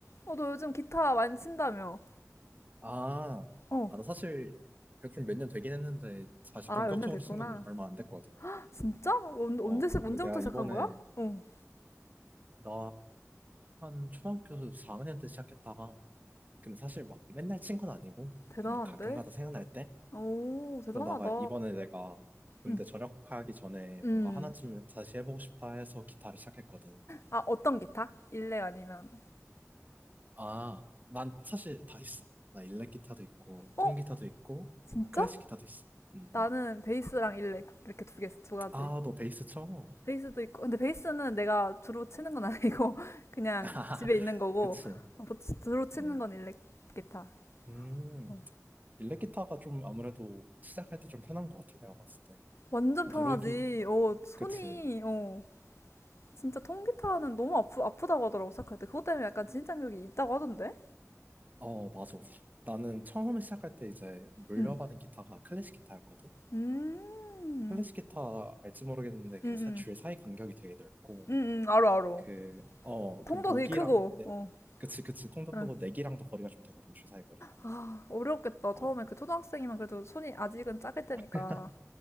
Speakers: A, on the left; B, on the right.
A: 어, 너 요즘 기타 많이 친다며?
B: 아,
A: 어.
B: 아, 나 사실 백준 몇년 되긴 했는데 다시
A: 아,
B: 본격적으로
A: 연년 됐구나.
B: 쓴 건 얼마 안 됐거든.
A: 진짜? 언, 언제,
B: 어,
A: 시- 언제부터
B: 근데 내가
A: 시작한
B: 이번에
A: 거야? 어.
B: 나 한 초등학교 4학년 때 시작했다가 근데 사실 막 맨날 친 건 아니고
A: 대단한데?
B: 그냥 가끔가다 생각날 때
A: 오, 대단하다.
B: 그러다가 이번에 내가 군대
A: 음.
B: 전역하기 전에
A: 음.
B: 뭔가 하나쯤은 다시 해보고 싶다 해서 기타를 시작했거든.
A: 아, 어떤 기타? 일렉 아니면?
B: 아, 난 사실 다 있어. 나 일렉 기타도 있고
A: 어?
B: 통기타도 있고
A: 진짜?
B: 클래식 기타도 있어. 음,
A: 나는
B: 음.
A: 베이스랑 일렉 이렇게 두 개, 두 가지.
B: 아, 너 베이스 쳐?
A: 베이스도 있고, 근데 베이스는 내가 주로 치는 건 아니고 <laughs> 그냥
B: <laughs>
A: 집에 있는 거고
B: 그치.
A: 어, 뭐 주- 주로 치는
B: 음.
A: 건 일렉 기타.
B: 음.
A: 어.
B: 일렉 기타가 좀 아무래도 시작할 때 좀 편한 것 같아, 내가 봤을 때.
A: 완전
B: 누르기,
A: 편하지.
B: 어,
A: 어, 손이
B: 그치.
A: 어. 진짜 통기타는 너무 아프, 아프다고 하더라고 생각할 때 그것 때문에 약간 진입장벽이 있다고 하던데?
B: 어, 맞아. 나는 처음 시작할 때 이제 물려받은
A: 응.
B: 기타가 클래식 기타였거든?
A: 음. 음.
B: 클래식 기타 알지 모르겠는데 그
A: 음.
B: 사- 줄 사이 간격이 되게 넓고,
A: 음. 음. 알어 알어.
B: 그, 어,
A: 통도
B: 그 목이랑,
A: 되게 크고.
B: 내,
A: 어.
B: 그치, 그치. 통도
A: 응.
B: 크고 내기랑도 거리가 좀 되거든, 줄 사이 거리가.
A: 아, 어려웠겠다.
B: 어,
A: 처음에 그 초등학생이면 그래도 손이 아직은 작을 때니까.
B: <laughs>